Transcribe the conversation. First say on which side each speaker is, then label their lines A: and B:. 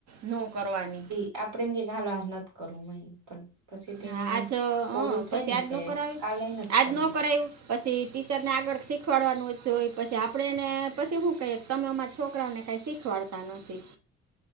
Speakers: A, on the right; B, on the right.
A: ન કરવાની.
B: આપણે એમ કે હાલો આજ નથી કરવુ એમ પણ પછી તેની
A: હા આજ હ
B: ઓલું થાય
A: પસી
B: ને
A: આજ
B: કે
A: ન કરાવી
B: કાલે નથ
A: આજ
B: કરવું
A: ન કરાયું પસી ટીચરને આગળ શીખવાડવાનું હોય પસી આપણેને પસી હું કહીએ તમે અમારા છોકરાઓને કાંઈ શીખવાડતા નથી.